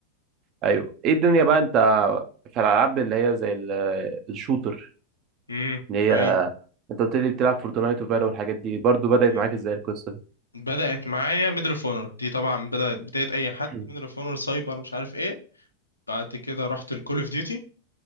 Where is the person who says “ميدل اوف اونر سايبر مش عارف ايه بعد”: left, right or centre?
Left